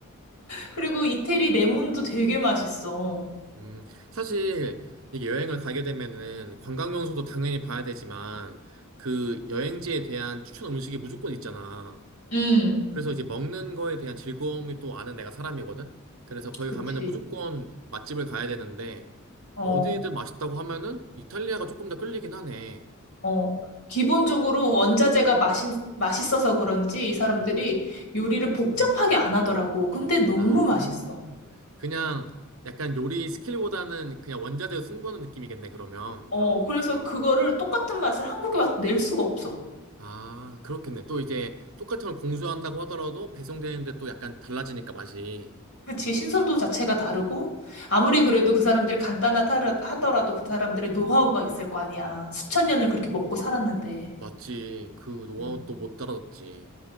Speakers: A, on the left; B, on the right.
A: 그리고 이태리 레몬도 되게 맛있어.
B: 음, 사실, 이게 여행을 가게 되면은 관광 명소도 당연히 봐야 되지만, 그 여행지에 대한 추천 음식이 무조건 있잖아.
A: 음,
B: 그래서 이제 먹는 거에 대한 즐거움이 또 아는 내가 사람이거든. 그래서 거기
A: 그치.
B: 가면은 무조건 맛집을 가야 되는데
A: 어,
B: 어디든 맛있다고 하면은 이탈리아가 조금 더 끌리긴 하네.
A: 어. 기본적으로 원자재가 맛있, 맛있어서 그런지 이 사람들이 요리를 복잡하게 안 하더라고. 근데 너무
B: 아,
A: 맛있어.
B: 그냥 약간 요리 스킬보다는 그냥 원자재로 승부하는 느낌이겠네, 그러면.
A: 어, 그래서 그거를 똑같은 맛을 한국에 와서 낼 수가 없어.
B: 아, 그렇겠네. 또 이제 똑같은 걸 공수한다고 하더라도 배송되는데 또 약간 달라지니까 맛이.
A: 그치, 신선도 자체가 다르고, 아무리 그래도 그 사람들이 간단하다 하더라도 그 사람들의 노하우가 있을 거 아니야. 수천 년을 그렇게 먹고 살았는데.
B: 맞지. 그 노하우
A: 음.
B: 또 못 따라잡지.